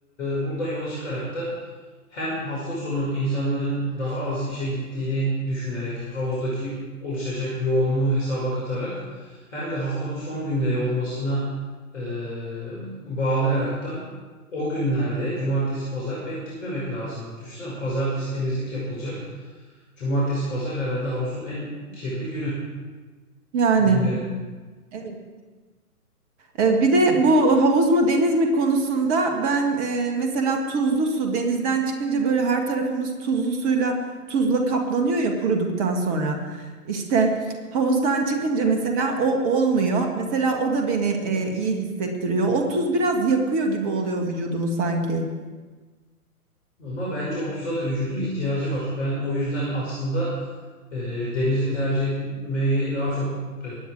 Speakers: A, on the left; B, on the right.
A: buradan yola çıkarak da hem hafta sonu insanların daha az işe gittiğini düşünerek havuzdaki oluşacak yoğunluğu hesaba katarak hem de haftanın son günleri olmasına e, bağlayaraktan o günlerde cumartesi pazar pek gitmemek lazım. Düşünsene pazartesi temizlik yapılacak. Cumartesi pazar herhalde havuzun en kirli günü,
B: yani.
A: günleri.
B: evet. E, Bir de bu havuz mu deniz mi konusunda ben e, mesela tuzlu su denizden çıkınca böyle her tarafımız tuzlu suyla tuzla kaplanıyor ya kuruduktan sonra. İşte havuzdan çıkınca mesela o olmuyor. Mesela o da beni e, iyi hissettiriyor. O tuz biraz yakıyor gibi oluyor vücudumu sanki.
A: Ama bence otuz'a da vücudun ihtiyacı var. Ben o yüzden aslında e, denizi tercih etmeyi daha çok e,